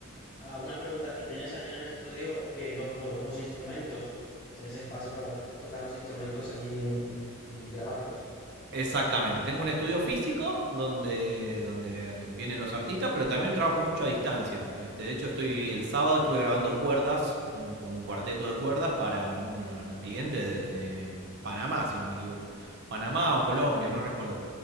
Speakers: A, on the left; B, on the right.
A: ah, una pregunta, ¿y tienes allí en el estudio eh, lo- lo- los instrumentos? ¿Tienes espacio para tocar los instrumentos allí en- y grabarlos?
B: Exactamente, tengo un estudio físico donde, donde vienen los artistas, pero también trabajo mucho a distancia. Este, de hecho, estoy el sábado estuve grabando cuerdas, un, un cuarteto de cuerdas para un, un cliente de, de mm, Panamá, si no me equivoco. Panamá o Colombia, no recuerdo,